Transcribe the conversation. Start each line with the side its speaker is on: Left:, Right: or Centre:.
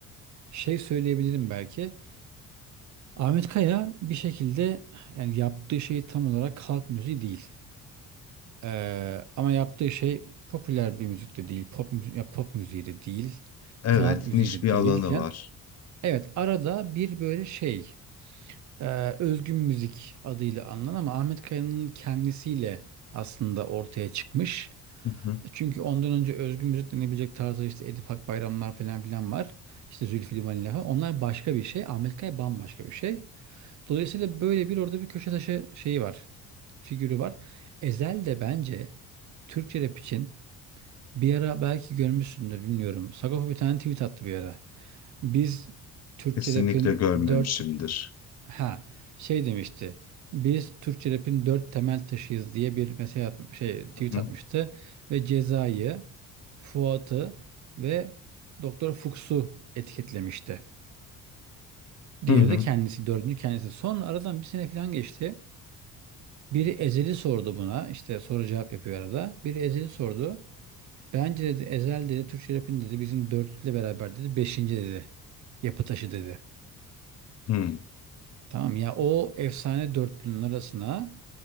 Right: şey söyleyebilirim belki. Ahmet Kaya bir şekilde yani yaptığı şey tam olarak halk müziği değil. Ee, ama yaptığı şey popüler bir müzik de değil, pop müzi ya pop müziği de değil,
Left: Evet,
Right: sanat müziği
Left: niş
Right: de
Left: bir
Right: değil
Left: alanı
Right: filan.
Left: var.
Right: Evet, arada bir böyle şey, e, özgün müzik adıyla anılan ama Ahmet Kaya'nın kendisiyle aslında ortaya çıkmış.
Left: Hı hı.
Right: Çünkü ondan önce özgün müzik denebilecek tarzda işte Edip Akbayramlar falan filan var. İşte Zülfü Livaneli falan. Onlar başka bir şey. Ahmet Kaya bambaşka bir şey. Dolayısıyla böyle bir orada bir köşe taşı şeyi var. Figürü var. Ezel de bence Türkçe rap için bir ara belki görmüşsündür bilmiyorum. Sagopa bir tane tweet attı bir ara. Biz Türkçe
Left: Kesinlikle
Right: rap'in
Left: görmemişimdir.
Right: dört ha şey demişti. Biz Türkçe rap'in dört temel taşıyız diye bir mesaj at, şey tweet
Left: Hı hı.
Right: atmıştı ve Ceza'yı, Fuat'ı ve Doktor Fuchs'u etiketlemişti.
Left: Hı
Right: Diğeri
Left: hı.
Right: de kendisi, dördüncü kendisi. Sonra aradan bir sene falan geçti. Biri ezeli sordu buna. İşte soru cevap yapıyor arada. Biri ezeli sordu. Bence dedi ezel dedi Türkçe rapin dedi bizim dörtlükle beraber dedi beşinci dedi. Yapı taşı dedi.
Left: Hı.
Right: Tamam ya o efsane dörtlünün arasına